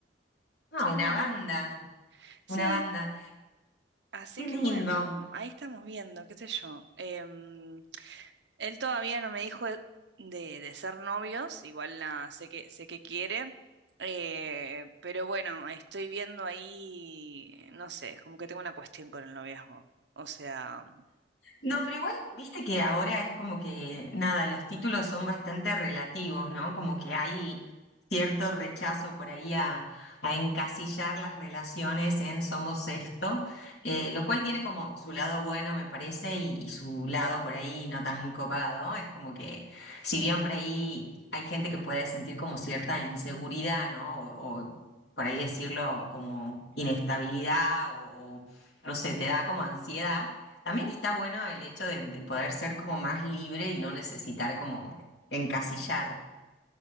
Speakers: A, on the left; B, on the right.
A: Ah,
B: sí,
A: una
B: un año.
A: banda,
B: Sí,
A: una banda.
B: Así
A: Qué
B: que
A: lindo.
B: bueno, ahí estamos viendo, qué sé yo. Em, él todavía no me dijo de, de ser novios, igual nada, sé que, sé que quiere, eh, pero bueno, estoy viendo ahí, no sé, como que tengo una cuestión con el noviazgo. O sea,
A: No, pero igual, viste que ahora es como que, nada, los títulos son bastante relativos, ¿no? Como que hay cierto rechazo por ahí a, a encasillar las relaciones en somos esto, eh, lo cual tiene como su lado bueno, me parece, y, y su lado por ahí no tan copado. Es como que, si bien por ahí hay gente que puede sentir como cierta inseguridad, ¿no? O, o por ahí decirlo como inestabilidad o o, no sé, te da como ansiedad. También está bueno el hecho de, de poder ser como más libre y no necesitar como encasillar.